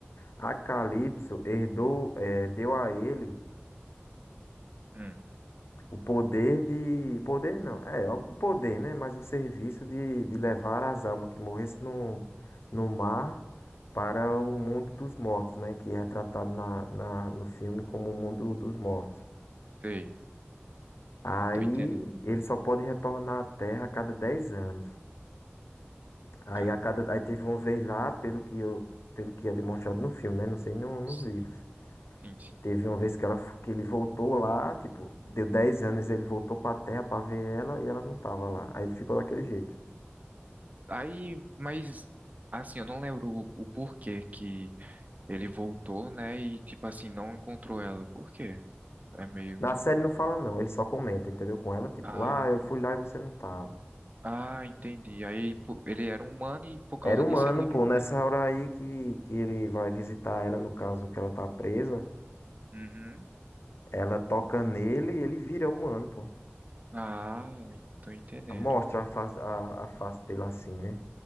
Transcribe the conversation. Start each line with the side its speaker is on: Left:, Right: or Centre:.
Left: a Calypso herdou, eh, deu a ele
Right: Hum,
Left: O poder de. Poder não, é, o poder, né? Mas o serviço de, de levar as almas que morressem no, no mar para o mundo dos mortos, né? Que é retratado na, na, no filme como o mundo dos mortos.
Right: sei.
Left: Aí
Right: Tô entendendo.
Left: ele só pode retornar à Terra a cada 10 anos. Aí,
Right: Cara,
Left: a cada, aí teve uma vez lá, pelo que, eu, pelo que é demonstrado no filme, né? Não sei no, nos
Right: sim,
Left: livros.
Right: sim, sim.
Left: Teve uma vez que, ela, que ele voltou lá, tipo, deu 10 anos, ele voltou pra Terra pra ver ela e ela não tava lá. Aí ficou daquele jeito.
Right: Aí, mas, assim, eu não lembro o o porquê que Ele voltou, né? E tipo assim, não encontrou ela. Por quê? É meio.
Left: Na série não fala não, ele só comenta, entendeu? Com ela, tipo,
Right: Ah,
Left: ah, eu fui lá e você não tava.
Right: ah, entendi. Aí pô, ele era humano e por causa
Left: Era humano,
Right: disso ele
Left: pô,
Right: viu.
Left: nessa hora aí que, que ele vai visitar ela, no caso que ela tá presa,
Right: Uhum.
Left: ela toca nele e ele vira humano, pô.
Right: Ah, tô entendendo.
Left: Mostra a face, a, a face dele assim, né?